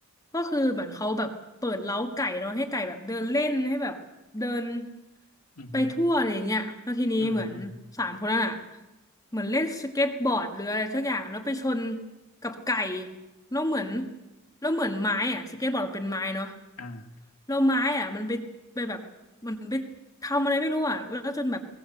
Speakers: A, on the left (about 15°); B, on the left (about 80°).
A: ก็คือเหมือนเขาแบบเปิดเล้าไก่เนาะให้ไก่แบบเดินเล่นให้แบบเดิน
B: อืมฮึ
A: ไปทั่วอะไรอย่างเงี้ยแล้วทีนี้เหมือนสามคนนั้นอ่ะ
B: อืมอืม
A: เหมือนเล่นสเก็ตบอร์ดหรืออะไรสักอย่างแล้วไปชนกับไก่แล้วเหมือนแล้วเหมือนไม้อ่ะสเก็ตบอร์ดเป็นไม้เนาะ
B: อ่า
A: แล้วไม้อ่ะมันไปไปแบบเหมันไปทำอะไรไม่รู้อ่ะแล้วจนแบบ